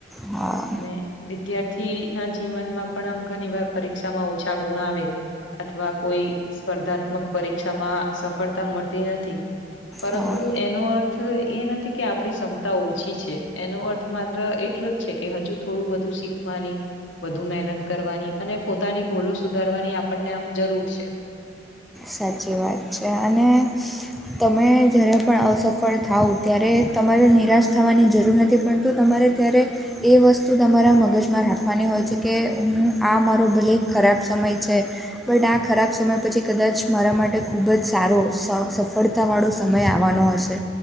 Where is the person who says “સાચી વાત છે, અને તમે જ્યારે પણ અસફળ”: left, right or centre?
Centre